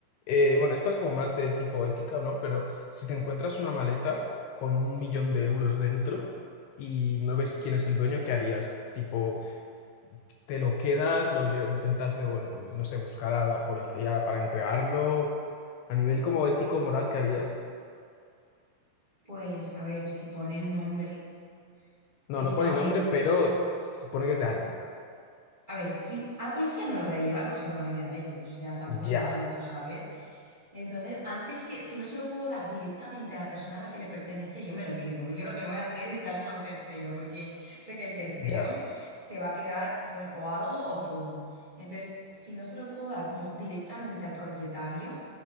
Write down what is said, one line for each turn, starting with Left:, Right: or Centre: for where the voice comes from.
Left: Eh, bueno, esta es como más de tipo ética, ¿no? Pero si te encuentras una maleta con un millón de euros dentro y no ves quién es el dueño, ¿qué harías? Tipo, ¿te lo quedas? ¿Lo lle- intentas devolver? No sé, buscar a la policía para entregarlo. A nivel como ético, moral, ¿qué harías?
Right: Pues a ver, si pone el nombre
Left: No,
Right: éticamente
Left: no pone nombre, pero se supone que es de alguien.
Right: A ver, sí, a la policía no lo voy a llevar porque se lo van a quedar ellos, o sea, tampoco son
Left: Ya,
Right: tontos, ¿sabes? Entonces, antes que, si no se lo puedo dar directamente a la persona a la que le pertenece, yo me lo quedo. Yo lo que no voy a hacer es dárselo a un tercero, porque sé que el tercero
Left: ya,
Right: se va a quedar, pues, o algo o todo. Entonces, si no se lo puedo dar como directamente al propietario,